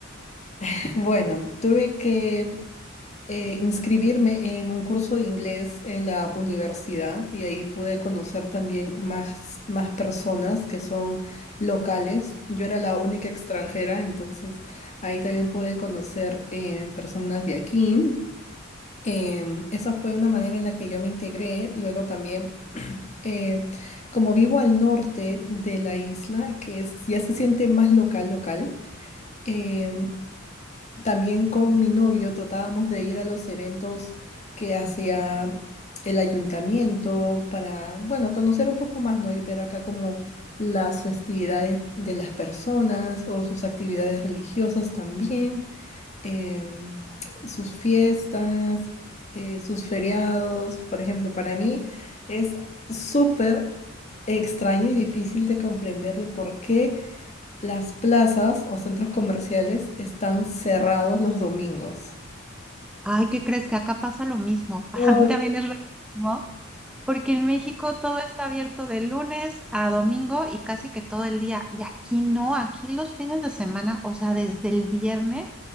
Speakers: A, on the left; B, in the centre.
A: <laughs> Bueno, tuve que eh, inscribirme en un curso de inglés en la universidad y ahí pude conocer también más, más personas que son locales. Yo era la única extranjera, entonces ahí también pude conocer eh, personas de aquí. Em, esa fue una manera en la que yo me integré. Luego también eh, como vivo al norte de la isla, que es- ya se siente más local, local, em, también con mi novio tratábamos de ir a los eventos que hacía el ayuntamiento para, bueno, conocer un poco más, ¿no? Y ver acá como las festividades de las personas o sus actividades religiosas también em, sus fiestas, eh, sus feriados. Por ejemplo, para mí es súper extraño y difícil de comprender de por qué las plazas o centros comerciales están cerrados los domingos.
B: Ay, ¿qué crees que acá pasa lo mismo? <laughs>
A: Ay,
B: Para mí también es rarísimo, porque en México todo está abierto de lunes a domingo y casi que todo el día. Y aquí no, aquí los fines de semana, o sea, desde el viernes,